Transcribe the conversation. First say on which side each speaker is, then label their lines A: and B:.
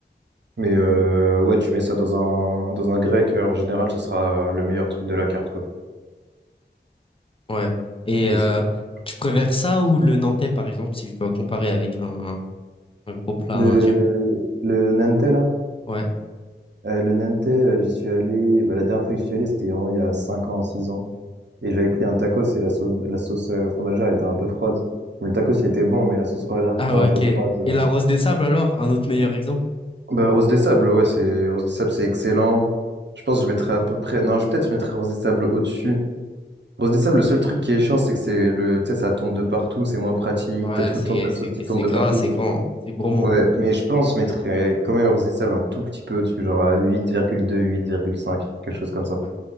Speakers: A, on the right; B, on the left.
A: Mais euh, ouais, tu mets ça dans un, dans un grec, euh, en général, ça sera le meilleur truc de la carte, quoi.
B: Ouais. Et
A: Oui,
B: euh,
A: ça-
B: tu préfères ça ou le nantais, par exemple, si je dois comparer avec un, un gros plat
A: Le,
B: indien?
A: le Nantais, là,
B: Ouais.
A: euh, le Nantais, euh, j'y suis allé, bah, la dernière fois que j'y suis allé, c'était vraiment il y a 5 ans, 6 ans. Et j'avais pris un tacos et la sauce, la sauce euh, fromagère était un peu froide. Bon, le tacos, il était bon, mais la sauce fromagère
B: Ah,
A: qui était
B: ok.
A: un peu
B: Et
A: froide. euh.
B: la rose des sables, alors? Un autre meilleur exemple?
A: Bah, Rose des Sables, ouais, c'est Rose des Sables, c'est excellent. Je pense que je mettrais à peu près. Non, je peut-être je mettrais Rose des Sables au-dessus. Rose des Sables, le seul truc qui est chiant, c'est que c'est le, tu sais, ça tombe de partout, c'est moins pratique,
B: Ouais,
A: t'as tout
B: c'est,
A: le temps de la sauce
B: c'est,
A: qui
B: c'est
A: tombe de
B: gras,
A: partout.
B: c'est grand, hein. c'est gourmand.
A: Ouais, mais je pense que je mettrais quand même Rose des Sables un tout petit peu au-dessus, genre à huit huit virgule deux huit virgule cinq quelque chose comme ça.
B: Ouais.